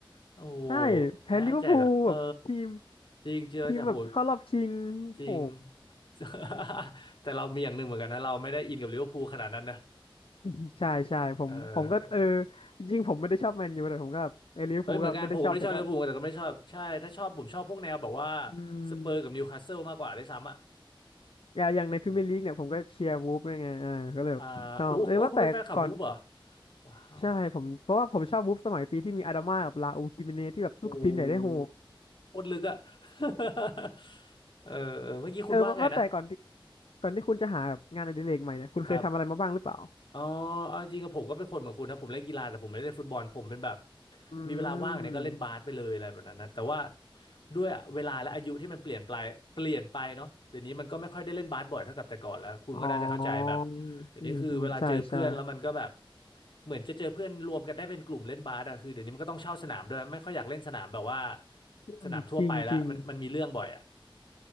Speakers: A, on the left (about 60°); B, on the left (about 80°).
A: โอ้โห
B: ๆใช่แพ้ลิเวอร์พูลแบบทีม
A: แพ้อาแจกอ่ะเออ จริงเจออาแจากโห
B: ทีมแบบเข้ารอบชิงโห
A: จริง <laughs> แต่เรามีอย่างหนึ่งเหมือนกันนะเราไม่ได้อินกับลิเวอร์พูลขนาดนั้นนะ
B: <laughs> ใช่ใช่ผมผมก็เออ
A: เออ
B: จริงๆผมไม่ได้ชอบแมนยูแต่ผมก็แบบเออลิเวอร์พูลก็ไม่ได้ชอบแต่ก็
A: เอ้ยเหมือนกันผมก็ไม่ได้ชอบลิเวอร์พูลแต่ก็ไม่ได้ชอบใช่ถ้าชอบผมชอบพวกแนวแบบว่า
B: อืม
A: สเปอร์กับนิวคาสเซิลมากกว่าด้วยซ้ำอ่ะ
B: อย่างอย่างในพรีเมียร์ลีกเนี่ยผมก็เชียร์วูฟด้วยไงอ่าก็เลยแบบชอบเออว่าแต่ก่อน
A: อืมอ่าโอ้โหโอ้คุณเป็นแฟนคลับวูฟเหรอว้าว
B: ใช่ผมเพราะว่าผมชอบวูฟสมัยปีที่มีอาดาม่ากับลาอูคิมิเนที่แบบสู้กับทีมใหญ่ได้โหด
A: โอ้โหโคตรลึกอ่ะ <laughs> เออเออเมื่อกี้คุณว่าไงนะ
B: เออว่าว่าแต่ก่อนที่ก่อนที่คุณจะหาแบบงานอดิเรกใหม่เนี่ยคุณเคยทำอะไรมาบ้างหรือเปล่า
A: ครับ อ๋อเอาจริงกับผมก็เป็นคนเหมือนคุณนะผมเล่นกีฬาแต่ผมไม่ได้เล่นฟุตบอลผมเป็นแบบ
B: อืม
A: มีเวลาว่างเนี่ยก็เล่นบาสไปเลยอะไรแบบนั้นนะแต่ว่าด้วยเวลาและอายุที่มันเปลี่ยนไปเปลี่ยนไปเนาะเดี๋ยวนี้มันก็ไม่ค่อยได้เล่นบาสบ่อยเท่ากับแต่ก่อนแล้วคุณก็น่าจะเข้าใจแบบ
B: อ๋ออ
A: เดี๋ยวนี้คือเวลาเจอเพื่อนแล้วมันก็แบบ
B: ืมอืมใช่ใช่
A: เหมือนจะเจอเพื่อนรวมกันได้เป็นกลุ่มเล่นบาสอะคือเดี๋ยวนี้มันก็ต้องเช่าสนามด้วยไม่ค่อยอยากเล่นสนามแบบว่า
B: อืมจริงจริง
A: สนามทั่วไปละมันมันมีเรื่องบ่อยอะ